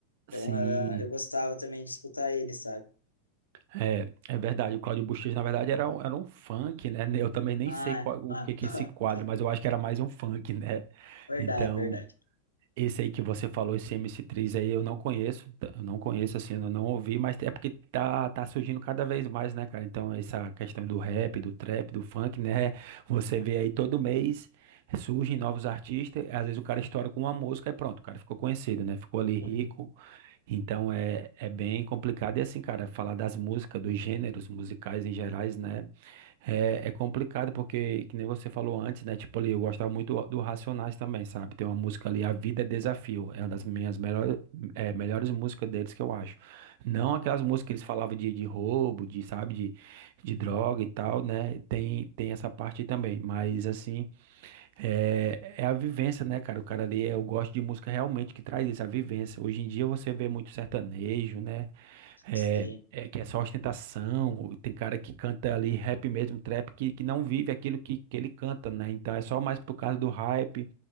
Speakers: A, on the left (about 80°); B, on the right (about 50°).
A: Então,
B: Sim,
A: ah, eu gostava também de escutar ele, sabe?
B: É, é verdade, o Claudio Buchecha, na verdade, era um, era um funk, né? <laughs> Eu também nem
A: Ah,
B: sei qual-
A: é.
B: o
A: Ah.
B: que que
A: <laughs>
B: é esse quadro, mas eu acho que era mais um funk, né?
A: Verdade,
B: Então,
A: verdade.
B: esse aí que você falou, esse MC3 aí, eu não conheço, tá- eu não conheço,
A: Uhum,
B: assim, eu não ouvi, mas é porque tá, tá surgindo cada vez mais, né, cara? Então, essa questão do rap, do trap, do funk, né? Você vê aí todo mês surgem novos artistas, às vezes o cara estoura com uma música e pronto, o cara ficou conhecido, né? Ficou ali
A: uhum,
B: rico, então é, é bem complicado. E assim, cara, falar das músicas, dos gêneros musicais em gerais, né? É, é complicado porque, que nem você falou antes, né? Tipo ali, eu gostava muito do, do Racionais também, sabe? Tem uma música ali, A Vida é Desafio. É uma das minhas melhores, é, melhores músicas deles que eu acho. Não
A: uhum,
B: aquelas músicas que eles falavam de, de roubo, de, sabe, de, de
A: uhum.
B: droga e tal, né? Tem, tem essa parte também. Mas assim. É, é a vivência, né, cara? O cara ali, é, eu gosto de música realmente que traz isso, a vivência. Hoje em dia você vê muito sertanejo, né? É,
A: Sim.
B: é que é só ostentação. Tem cara que canta ali rap mesmo, trap, que, que não vive aquilo que, que ele canta, né? Então é só mais por causa do hype,